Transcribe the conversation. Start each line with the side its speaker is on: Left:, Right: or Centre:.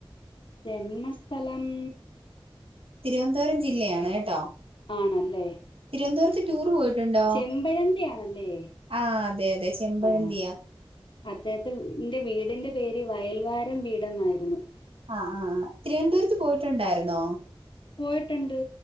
Left: ജന്മസ്ഥലം-
Right: തിരുവനന്തപുരം ജില്ലയാണ് കേട്ടോ
Left: ആണല്ലേ
Right: തിരുവനന്തപുരത്ത് ടൂർ പോയി ട്ടുണ്ടോ
Left: ചെമ്പഴന്തി ആണല്ലേ
Right: ആ അതെ അതെ ചെമ്പഴന്തിയാ.
Left: ആ അദ്ദേഹത്തെ എന്റെ വീടിന്റെ പേര് വയൽവാരം വീടെ എന്നായിരുന്നു.
Right: ആ ആ തിരുവനന്തപുരത്ത് പോയിട്ടുണ്ടായിരുന്നോ?
Left: പോയിട്ടുണ്ട്.